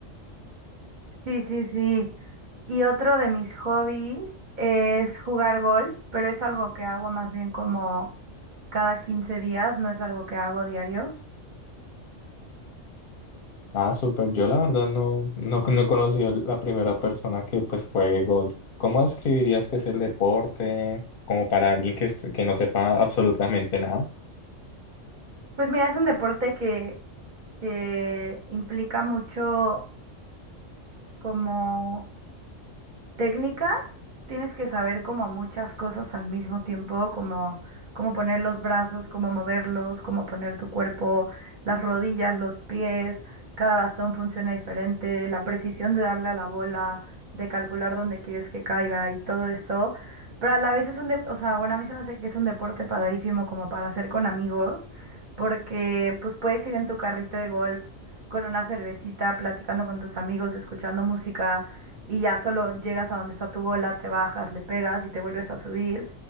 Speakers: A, on the right; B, on the left.
A: Sí, sí, sí. Y otro de mis hobbies es jugar golf, pero es algo que hago más bien como cada 15 días, no es algo que hago diario.
B: Ah, súper. Yo la verdad no, no, no conocí a la primera persona que pues juegue golf. ¿Cómo describirías que es el deporte? Como para alguien que, est- que no sepa absolutamente nada.
A: Pues mira, es un deporte que, que implica mucho como técnica, tienes que saber como muchas cosas al mismo tiempo, como cómo poner los brazos, cómo moverlos, cómo poner tu cuerpo, las rodillas, los pies, cada bastón funciona diferente, la precisión de darle a la bola, de calcular dónde quieres que caiga y todo esto. Pero a la vez es un, dep- o sea, bueno, a mí se me hace que es un deporte padrísimo como para hacer con amigos, porque pues puedes ir en tu carrito de golf con una cervecita, platicando con tus amigos, escuchando música y ya solo llegas a donde está tu bola, te bajas, le pegas y te vuelves a subir.